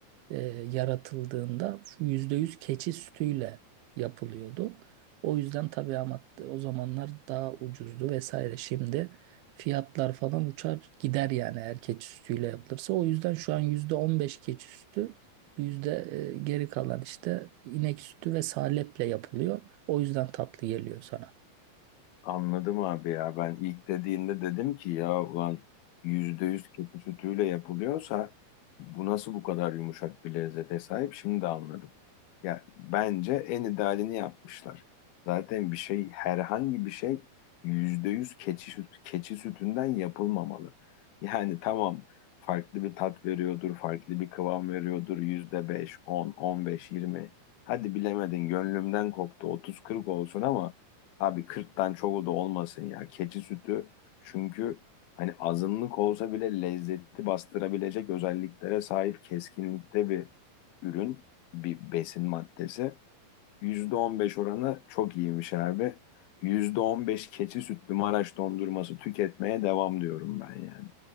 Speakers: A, on the right; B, on the left.
A: e, yaratıldığında %100 keçi sütüyle yapılıyordu. O yüzden tabii ama o zamanlar daha ucuzdu vesaire. Şimdi fiyatlar falan uçar gider yani eğer keçi sütüyle yapılırsa. O yüzden şu an %15 keçi sütü, yüzde e, geri kalan işte inek sütü ve saleple yapılıyor. O yüzden tatlı geliyor sana.
B: Anladım abi ya. Ben ilk dediğinde dedim ki ya ulan yüzde yüz keçi sütüyle yapılıyorsa bu nasıl bu kadar yumuşak bir lezzete sahip? Şimdi de anladım. Ya bence en idealini yapmışlar. Zaten bir şey herhangi bir şey yüzde yüz keçi, süt- keçi sütünden yapılmamalı. Yani tamam farklı bir tat veriyordur, farklı bir kıvam veriyordur. Yüzde beş, on, on beş, yirmi. Hadi bilemedin gönlümden koptu. Otuz kırk olsun ama Abi kırktan çoğu da olmasın ya. Keçi sütü çünkü hani azınlık olsa bile lezzeti bastırabilecek özelliklere sahip keskinlikte bir ürün, bir besin maddesi. yüzde on beş oranı çok iyiymiş abi. yüzde on beş keçi sütlü Maraş dondurması tüketmeye devam diyorum ben yani.